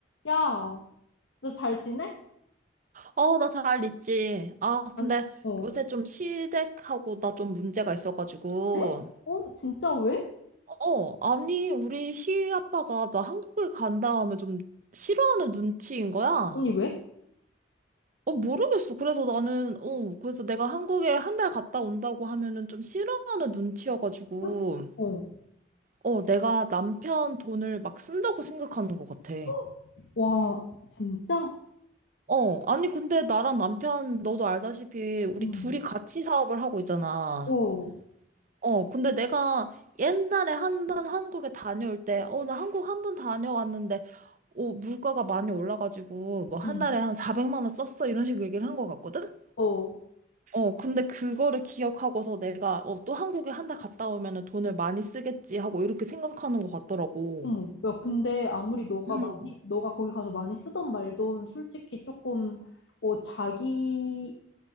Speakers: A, on the left; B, on the right.
A: 야, 너 잘 지내?
B: 어, 나 잘 있지. 아,
A: 아니,
B: 근데
A: 어.
B: 요새 좀 시댁하고 나 좀 문제가 있어가지고.
A: 에? 어, 진짜 왜?
B: 어, 아니, 우리 시아빠가 나 한국에 간 다음에 좀 싫어하는 눈치인 거야.
A: 언니 왜?
B: 어, 모르겠어. 그래서 나는, 어, 그래서 내가 한국에 한 달 갔다 온다고 하면은 좀 싫어하는 눈치여가지고.
A: 응? 어.
B: 어, 내가 남편 돈을 막 쓴다고 생각하는 것 같아.
A: 헉! 와, 진짜?
B: 어, 아니, 근데 나랑 남편, 너도 알다시피 우리
A: 응.
B: 둘이 같이 사업을 하고 있잖아.
A: 어.
B: 어, 근데 내가 옛날에 한 번 한국에 다녀올 때, 어, 나 한국 한 번 다녀왔는데, 어, 물가가 많이 올라가지고, 뭐, 한
A: 응.
B: 달에 한 400만 원 썼어. 이런 식으로 얘기를 한 것 같거든?
A: 어.
B: 어, 근데 그거를 기억하고서 내가, 어, 또 한국에 한 달 갔다 오면은 돈을 많이 쓰겠지 하고 이렇게 생각하는 것 같더라고.
A: 어머. 야, 근데 아무리 너가
B: 음,
A: 많이, 너가 거기 가서 많이 쓰던 말도 솔직히 조금, 어, 자기의